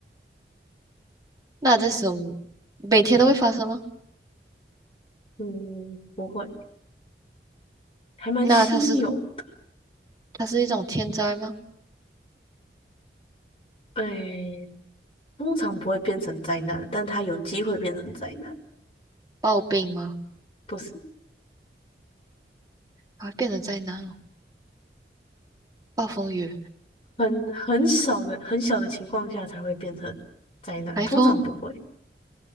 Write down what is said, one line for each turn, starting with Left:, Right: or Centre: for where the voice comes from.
Right: 那这种每天都会发生吗？
Left: 嗯，不会，还蛮稀有的。
Right: 那它是它是一种天灾吗？
Left: 哎，通常不会变成灾难，但它有机会变成灾难，
Right: 暴病吗？
Left: 不是
Right: 它会变成灾难哦，暴风雨、
Left: 很很少的很小的情况下才会变成灾难，
Right: 台风，
Left: 通常不会，